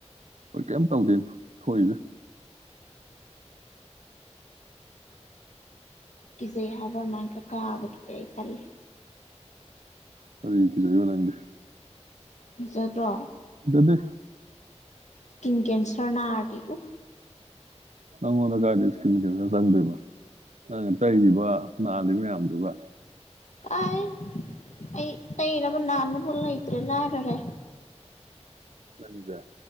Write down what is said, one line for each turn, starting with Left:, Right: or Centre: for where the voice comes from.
Right: ꯈꯣꯏ ꯀꯩꯝ ꯇꯧꯗꯦ ꯊꯣꯛꯏꯁꯦ
Left: ꯀꯤꯖꯩ ꯍꯥꯏꯕ ꯑꯗꯨꯃꯥꯢꯀ ꯀꯥꯕꯗꯨꯗꯤ ꯑꯩ ꯇꯜꯂꯦ
Right: ꯀꯔꯤꯒꯤ ꯀꯤꯖꯩꯕ ꯅꯪꯗꯤ
Left: ꯀꯤꯖꯗ꯭ꯔꯣ
Right: ꯀꯤꯖꯗꯦ
Left: ꯏꯁꯀꯤꯟ ꯀꯦꯟꯁꯔ ꯅꯥꯔꯗꯤ ꯎ
Right: ꯅꯉꯣꯟꯗ ꯀꯥꯏꯗꯩ ꯏꯁꯀꯤꯟ ꯀꯦꯟꯁꯔ ꯆꯪꯗꯣꯢꯕ ꯅꯪꯅ ꯇꯩꯔꯤꯕ ꯅꯥꯜꯂꯤꯕ ꯃꯌꯥꯝꯗꯨꯒ
Left: ꯑꯥꯢꯢ ꯑꯩ ꯇꯩꯅꯕ ꯅꯥꯟꯅꯕ ꯂꯩꯇ꯭ꯔꯦ ꯂꯥꯏꯔꯔꯦ
Right: ꯅꯪꯖꯦ